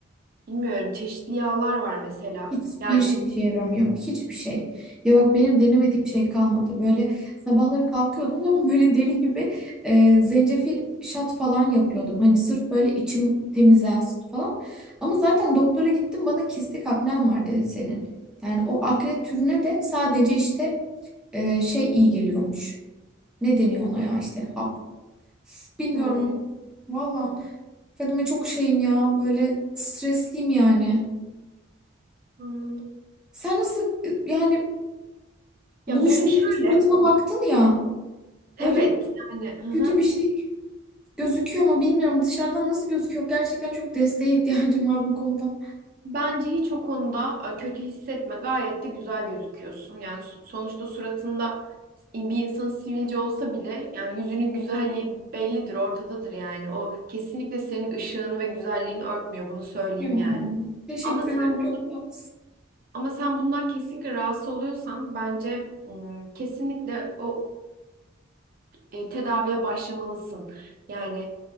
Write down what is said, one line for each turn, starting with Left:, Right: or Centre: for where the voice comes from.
Right: bilmiyorum çeşitli yağlar var mesela.
Centre: Hiçbir
Right: Yani
Centre: şey işe yaramıyor. Hiçbir şey. Ya bak benim denemediğim şey kalmadı. Böyle sabahları kalkıyordum ama böyle deli gibi e, zencefil şat falan yapıyordum. Hani sırf böyle içim temizlensin falan. Ama zaten doktora gittim bana kistik aknen var dedi senin. Yani o akne türüne de sadece işte e, şey iyi geliyormuş. Ne deniyor ona ya işte hap. Bilmiyorum
Right: Hmm,
Centre: valla. Fadime çok şeyim ya böyle stresliyim yani.
Right: anladım.
Centre: Sen nasıl e, yani
Right: Ya
Centre: buluştuğumuzda
Right: benim şöyle,
Centre: suratıma baktın ya.
Right: evet
Centre: Böyle
Right: yani hı hı.
Centre: kötü bir şey gözüküyor mu bilmiyorum. Dışarıdan nasıl gözüküyor? Gerçekten çok desteğe ihtiyacım var bu konuda.
Right: Bence hiç o konuda e, kötü hissetme. Gayet de güzel gözüküyorsun. Yani so- sonuçta suratında bir insan sivilce olsa bile yani yüzünün güzelliği bellidir, ortadadır yani. O kesinlikle senin ışığın ve güzelliğini örtmüyor. Bunu söyleyeyim
Centre: Ya,
Right: yani.
Centre: teşekkür
Right: Ama sen
Centre: ederim.
Right: bundan
Centre: Çok tatlısın.
Right: ama sen bundan kesinlikle rahatsız oluyorsan bence ım, kesinlikle o e, tedaviye başlamalısın. Yani